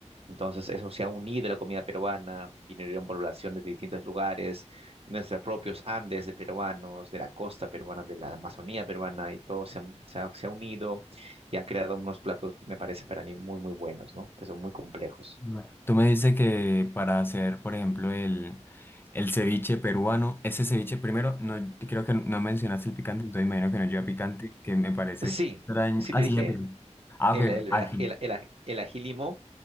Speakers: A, on the right (about 55°); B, on the left (about 20°).
A: Entonces eso se ha unido a la comida peruana, vinieron poblaciones de distintos lugares, nuestros propios Andes de peruanos, de la costa peruana, de la Amazonía peruana, y todo se, han- se ha, se ha unido y han creado unos platos, me parece para mí, muy, muy buenos, ¿no? Que son muy complejos.
B: Bueno. Tú me dices que para hacer, por ejemplo, el, el ceviche peruano, ese ceviche primero, no, creo que no mencionaste el picante, entonces imagino que no lleva picante, que me parece
A: Sí,
B: extraño.
A: sí
B: Ah,
A: te dije.
B: sí, ya picante. Ah,
A: El,
B: ok,
A: el,
B: ok,
A: el,
B: ají.
A: aj- el- el aj- el ají limo